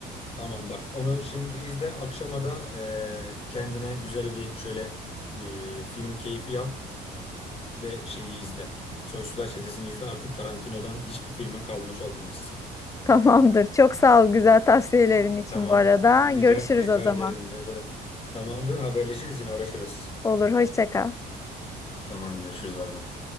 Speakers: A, on the left; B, on the left.
A: tamam bak onu şimdi izle akşama da ee, kendine güzel bir şöyle ee, film keyfi yap ve şeyi izle. Soysuzlar Çetesi'ni izle artık Tarantino'dan hiçbir filmin kalmış olmasın.
B: Tamamdır. Çok sağ ol güzel tavsiyelerin için
A: Tamam.
B: bu arada.
A: Rica,
B: Görüşürüz
A: rica
B: o zaman.
A: ederim, rica ederim. Tamamdır, haberleşiriz yine araşırız.
B: Olur, hoşça kal.
A: Tamam, görüşürüz, bay bay.